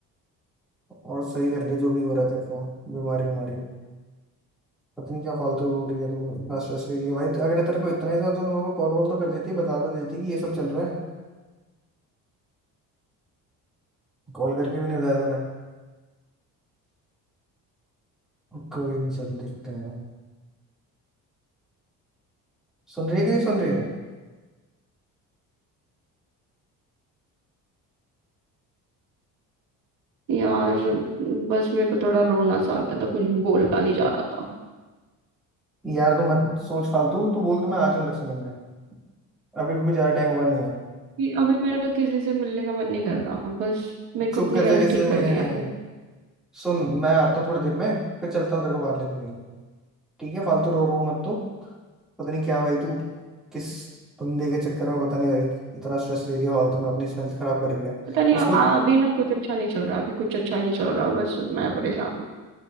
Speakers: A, in the centre; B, on the right.
A: और सही कर ले जो भी हो रहा है तेरे को बीमारी उमारी पता नहीं क्या फालतू हो रही है तू इतना स्ट्रेस ले रही है भाई अगर तेरे को इतना ही था तो मेरे को कॉल वॉल तो कर देती बता तो देती कि ये सब चल रहा है कॉल करके भी नहीं बताया तूने कोई नहीं चल देखते हैं सुन रही है कि नहीं सुन रही है
B: यार बस मेरे को थोड़ा रोना सा आ गया था कुछ बोला नहीं जा रहा था
A: यार तू मत सोच फालतू तू बोल तो मैं आ जाऊं तेरे से मिलने अभी भी कुछ ज्यादा टाइम हुआ नहीं है
B: कि अभी मेरा किसी से मिलने का मन नहीं कर रहा बस मेरे
A: चुप
B: को अपनी
A: कर
B: हेल्थ
A: जा किसी
B: ठीक
A: से मिलने
B: करनी
A: नहीं
B: है
A: है
B: अभी
A: सुन मैं आता हूँ थोड़ी देर में फिर चलता हूँ तेरे को बाहर लेके कहीं ठीक है फालतू रो रो मत तू पता नहीं क्या भाई तू किस बंदे के चक्कर में पता नहीं भाई इतना स्ट्रेस ले रही है फालतू में अपनी हेल्थ खराब कर रही है
B: पता नहीं आ-
A: उसको
B: अभी ना कुछ अच्छा नहीं चल रहा अभी कुछ अच्छा नहीं चल रहा बस मैं परेशान